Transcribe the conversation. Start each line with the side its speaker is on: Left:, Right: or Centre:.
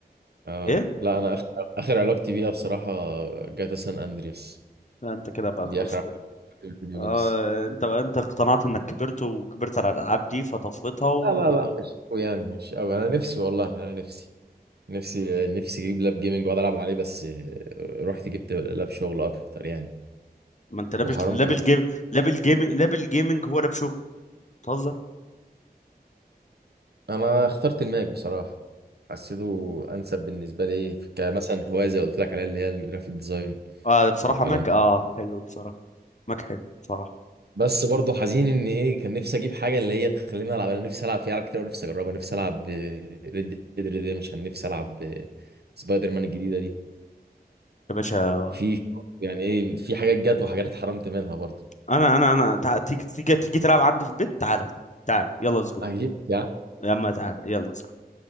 Right: اه
Left: ايه
Right: لا انا اخر اخر علاقتي بيها بصراحة جاتا سان اندرياس
Left: لا انت كده بقى
Right: دي
Left: خلاص
Right: اخر علاقتي بيها في الفيديو
Left: اه
Right: جيمز
Left: انت بقى انت اقتنعت انك كبرت وكبرت على الالعاب دي فطفيتها
Right: لا لا لا مش أوي يعني مش قوي انا نفسي والله انا نفسي نفسي نفسي اجيب لاب جيمنج واقعد العب عليه بس آه، رحت جبت لاب شغل اكتر يعني
Left: ما انت لابس
Right: وحرمت
Left: لابل
Right: نفسي
Left: جيم لابل جيمنج لابل جيمنج هو لاب شغل بتهزر
Right: انا اخترت الماك بصراحة حسيته انسب بالنسبة لي إيه، كمثلا هواية زي اللي قلت لك عليها اللي هي الجرافيك ديزاين
Left: اه بصراحه
Right: والكلام
Left: ماك اه حلو بصراحه ماك حلو بصراحه
Right: بس برضه حزين ان ايه كان نفسي اجيب حاجه اللي هي تخليني العب انا نفسي العب في العاب كتير ونفسي اجربها نفسي العب ريد ديد ريديمشن نفسي العب سبايدر مان الجديده دي
Left: يا باشا
Right: في يعني ايه في حاجات جت وحاجات اتحرمت منها برضه
Left: انا انا انا تع- تيجي تيجي تيجي تلعب عندي في البيت تعالى تعالى تعالى يلا ليتس جو
Right: هجيبك يا عم
Left: يا عم تعالى يلا let's